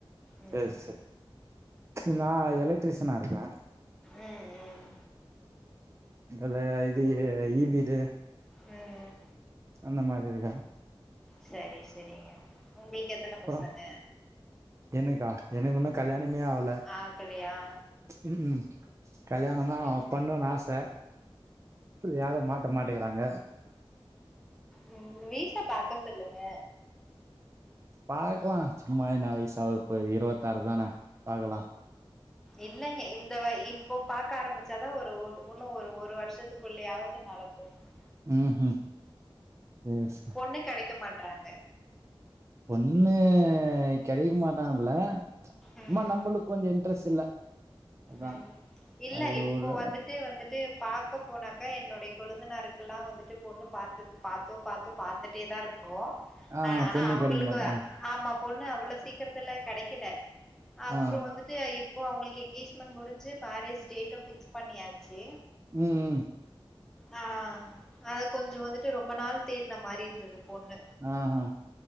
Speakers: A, in the centre; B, on the right (about 30°).
A: ம்
B: செரி செரி நான் எலக்ட்ரிசினா இருக்கேன்
A: ம் ம்
B: இதுல இது இபி இது
A: ம்
B: அந்த மாறி இருக்காங்க
A: சரி சரிங்க உங்களுக்கு எத்தன
B: அப்புறம்
A: பசங்க
B: எனக்கா எனக்கு உன்னு
A: ம்
B: கல்யாணமே ஆவல
A: ஆகலையா
B: ம் ம் கல்யாணோ
A: சரி
B: தா பண்ணுன் ஆச யாரு மாட்ட மாட்டேகுறாங்க
A: ம் உங்க வீட்ல பாக்க சொல்லுங்க
B: பாக்கலா சும்மா என்ன வயுசு ஆவது இப்ப இருவத்தாறு தானே பாக்கலா
A: இல்லங்க இந்த வ இப்போ பாக்க ஆரம்பிச்சாதா ஒரு ஒ ஒன்னு ஒரு ஒரு வருஷத்துக்குள்ளேயாவது நடக் இப்போ
B: ம்ஹ்ம். சரி, சரி.
A: பொண்ணு கெடைக்க மாட்றாங்க
B: பொண்ணு கெடைக்க மாட்டா இல்ல
A: ம்
B: இன்னா நம்பளுக்கு கொஞ்ச இன்டெரெஸ்ட் இல்ல அதா
A: ம் இல்ல
B: அது
A: இப்போ
B: ஒரு
A: வந்துட்டு வந்துட்டு பாக்க போனாக்கா என்னுடைய கொழுந்தனாருக்கெல்லா வந்துட்டு பொண்ணு பாத்து பாத்தோ பாத்தோ பாத்துட்டே தா இருக்கோ
B: ஆஹா
A: ஆ ஆனா
B: பொண்ணு
A: அவங்களுக்கு
B: கெடைக்க மாட்டா
A: ஆமா பொண்ணு அவ்வளோ சீக்கிரத்துல கெடைக்கல அப்புற
B: ஆ
A: வந்துட்டு இப்ப அவங்களுக்கு எங்கேஜ் மண்ட் முடிஞ்சு மேரேஜ் டேட்டு ஃபிக்ஸ் பண்ணியாச்சு
B: ம் ம்
A: ஆ அது கொஞ்ச வந்துட்டு ரொம்ப நாள் தேட்ன மாறி இருந்தது பொண்ணு
B: ஆ ஆ